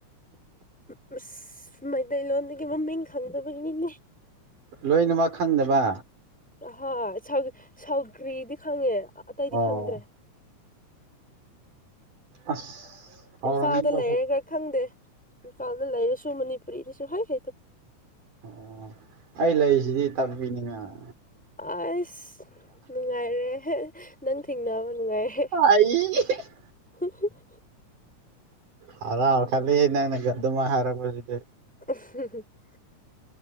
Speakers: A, in the centre; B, on the right (about 85°).
A: <unintelligible> ꯃꯩꯇꯩꯂꯣꯟꯗꯒꯤ ꯃꯃꯤꯡ ꯈꯪꯗꯕꯒꯤꯅꯤꯅꯦ
B: ꯂꯣꯏꯅꯃꯛ ꯈꯪꯗꯕ
A: ꯑꯍꯣꯏ ꯁꯧ ꯁꯧꯒ꯭ꯔꯤꯗꯤ ꯈꯪꯉꯦ ꯑꯇꯩꯗꯤ
B: ꯑꯣ
A: ꯈꯪꯗ꯭ꯔꯦ
B: ꯑꯁ ꯍꯥꯎꯔꯝꯅꯤꯀꯣ
A: ꯏꯝꯐꯥꯜꯗ ꯂꯩꯔꯒ ꯈꯪꯗꯦ ꯏꯝꯐꯥꯜꯗ ꯂꯩꯔꯁꯨ ꯃꯅꯤ ꯄꯨꯔꯤꯗꯁꯨ ꯍ <inaudible>
B: ꯑꯣ ꯑꯩ ꯂꯩꯁꯤꯗꯤ ꯇꯥꯛꯄꯤꯅꯤꯉꯥꯏ
A: ꯑꯁ ꯅꯨꯡꯉꯥꯏꯔꯦꯍꯦ ꯅꯪ ꯊꯤꯡꯅꯕ ꯅꯨꯡꯉꯥꯏꯔꯦ
B: ꯍꯥꯏ <unintelligible>
A: <unintelligible>
B: ꯍꯔꯥꯎ ꯈꯥꯜꯂꯦꯍꯦ ꯅꯪꯅꯒ ꯑꯗꯨꯃꯥ ꯍꯥꯏꯔꯒꯄꯁꯤꯗꯦ
A: <unintelligible>